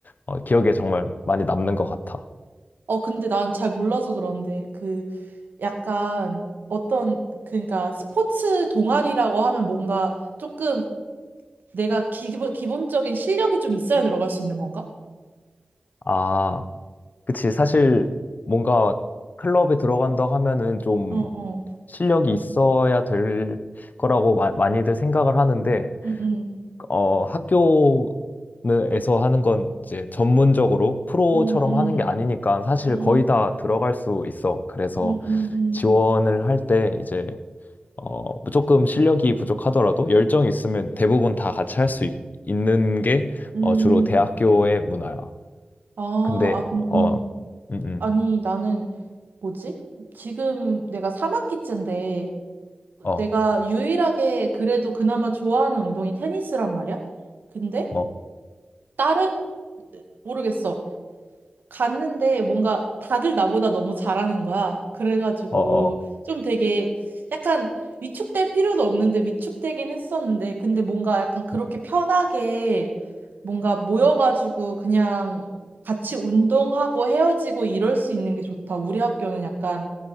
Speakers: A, on the left; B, on the right.
A: 어 기억에 정말 많이 남는 것 같아.
B: 어, 근데 난 잘 몰라서 그런데, 그, 약간, 어떤, 그러니까, 스포츠 동아리라고 하면 뭔가 조금 내가 기본, 기본적인 실력이 좀 있어야 들어갈 수 있는 건가?
A: 아, 그치. 사실 뭔가 클럽에 들어간다 하면은 좀
B: 어, 어.
A: 실력이 있어야 될 거라고 마- 많이들 생각을 하는데
B: 음, 음,
A: 어, 학교에서 하는 건 이제 전문적으로 프로처럼
B: 음, 음,
A: 하는 게 아니니까 사실
B: 음,
A: 거의 다 들어갈 수 있어. 그래서
B: 음, 음, 음.
A: 지원을 할 때 이제 어, 조금 실력이 부족하더라도 열정이 있으면 대부분 다 같이 할 수 있는 게
B: 음.
A: 어, 주로 대학교의 문화야.
B: 아,
A: 근데
B: 아니,
A: 어,
B: 음. 음.
A: 음, 음,
B: 아니, 나는, 뭐지? 지금 내가 3학기째인데,
A: 어,
B: 내가 유일하게 그래도 그나마 좋아하는 운동이 테니스란 말이야? 근데,
A: 어,
B: 다른 모르겠어. 갔는데 뭔가 다들 나보다 너무 잘하는 거야. 그래가지고
A: 어, 어,
B: 좀 되게 약간 위축될 필요도 없는데 위축되긴 했었는데 근데 뭔가 약간 그렇게
A: 음,
B: 편하게 뭔가 모여가지고 그냥 같이 운동하고 헤어지고 이럴 수 있는 게 좋다. 우리 학교는 약간